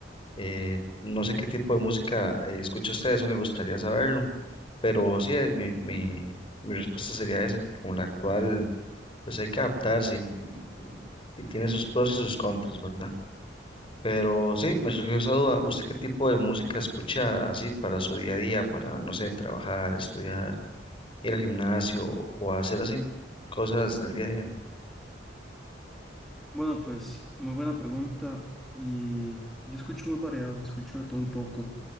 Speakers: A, on the left; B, in the centre.
A: Eh, no sé qué tipo de música eh, escucha usted, eso me gustaría saberlo, pero sí, eh, mi, mi, mi respuesta sería esa, que como la actual, pues hay que adaptarse y, y tiene sus pros y sus contras, ¿verdad? Pero sí, me surgió esa duda, ¿usted qué tipo de música escucha así para su día a día, para, no sé, trabajar, estudiar, ir al gimnasio o hacer así cosas del día a día?
B: Bueno, pues muy buena pregunta y yo escucho muy variado, escucho de todo un poco.